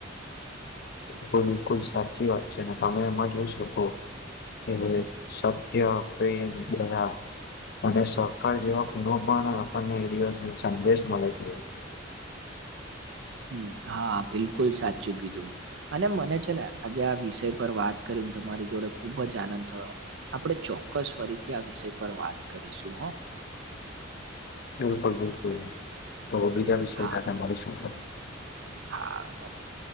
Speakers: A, on the left (about 55°); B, on the right (about 65°).
A: બિલકુલ બિલકુલ સાચી વાત છે ને તમે એમાં જોઈ શકો એ સત્ય, પ્રેમ, દયા અને સહકાર જેવા કોનો પણ આપણને એ દિવસ સંદેશ મળે છે.
B: <unintelligible> <inaudible> હા, બિલકુલ સાચું કીધું અને મને છે ને આજે આ વિષય પર વાત કરી કરીને તમારી જોડે ખુબ જ આનંદ થયો. આપણે ચોક્કસ ફરીથી આ વિષય પર વાત કરીશું. હ
A: બિલકુલ બિલકુલ તો બીજા વિષય
B: હા
A: સાથે મળીશું.
B: હા મળીએ